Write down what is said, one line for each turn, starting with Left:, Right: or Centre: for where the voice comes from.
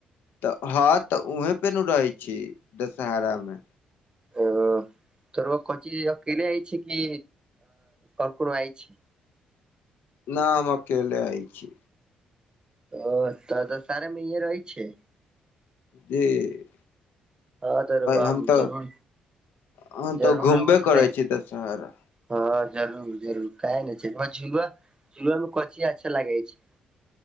Left: तऽ हँ तऽ उहें पे न रहे छी दशहरा मे
Right: ओ त <unintelligible> अकेले आइ छी की और कोनो आय छी।
Left: ना हम अकेले आय छी।
Right: ओ तऽ दशहरा मे इहे रहै छीये।
Left: जी।
Right: हँ तऽ रउआ
Left: हम तऽ
Right: जरूर
Left: हम
Right: जरूर
Left: तऽ घूमबे
Right: रउआ साथे
Left: करै छी दसहर
Right: हँ जरूर जरूर क ने छै झुआ झुआमे कथि अच्छा लागे छै।